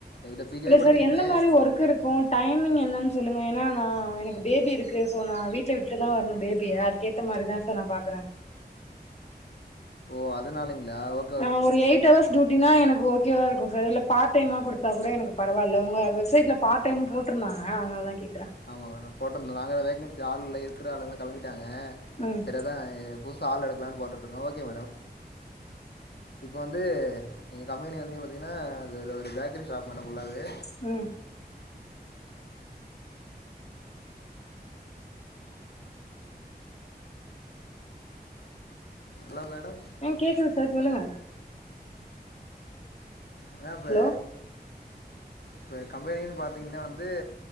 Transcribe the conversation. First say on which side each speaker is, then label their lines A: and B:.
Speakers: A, on the left (about 75°); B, on the left (about 40°).
A: இதில் பிஜி
B: இல்ல
A: வரைக்கும்
B: சார்
A: படிச்சிருக்கீங்க
B: என்ன மாறி ஒர்க் இருக்கும் டைமிங் என்னன்னு சொல்லுங்க ஏன்னா நா எனக்கு பேபி இருக்கு சோ நா வீட்ல விட்டு தா வரணு பேபியை அதுக்கேத்த <unintelligible> மாரிதா சா நா பாக்குறே
A: ஓ அதுனளைங்களா ஓக்
B: ஆ ஒரு எயிட் ஹவர்ஸ் டியூட்டினா எனக்கு ஓக் கேவ இருக்கு சார் இல்ல பார்ட் டைமா குடுத்தா கூட எனக்கு பரவால்ல உங்க வெப்சைட் பார்ட் டைம் போட்டு இருந்தாங்க அதுனாலதா கேக்குறே
A: ஆமாம் மேடம் போட்டிருந்தோ நாங்கதா வேக்கன்சி ஆள் இல்ல இருக்கிற ஆளுங்களு களம்பிட்டாங்க
B: ம்
A: எதா புதுசு ஆள் எடுக்கலாம்னு போட்டுட்ருக்கோ ஓகே மேடம் இப்ப வந்து எங்க கம்பெனி வந்த நீங்க பாத்தீங்கன்னா அது ஒரு ஒரு பேக்கரி ஷாப்பு மேடம் ஃபுல்லாவே
B: ம்
A: ஹலோ மேடம்
B: ஆ கேக்குது சார் சொல்லுங்க
A: அதா இப்ப
B: ஹலோ
A: இப்ப கம்பெனினு பாத்தீங்கன்னா வந்து